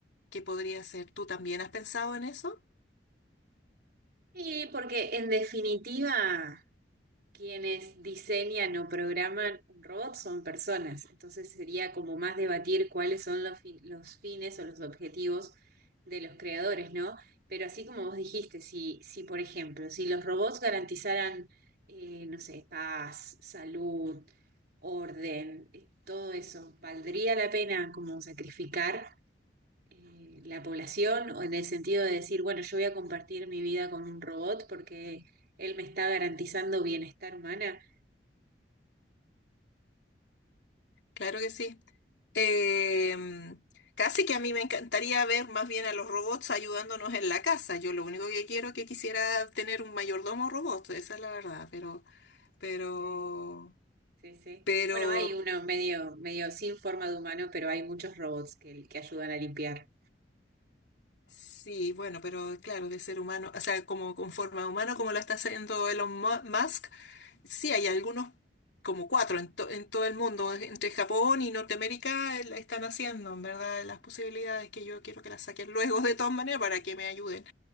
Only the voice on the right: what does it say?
Y porque en definitiva quienes diseñan o programan un robot son personas, entonces sería como más debatir cuáles son los, fin- los fines o los objetivos de los creadores, ¿no? Pero así como vos dijiste, si, si por ejemplo, si los robots garantizaran, eh, no sé, paz, salud, orden, eh, todo eso, ¿valdría la pena como sacrificar eh, la población o en el sentido de decir, bueno, yo voy a compartir mi vida con un robot porque él me está garantizando bienestar humana?
Sí, sí, sí.
Bueno, hay uno medio, medio sin forma de humano, pero hay muchos robots que, que ayudan a limpiar.
Ujú.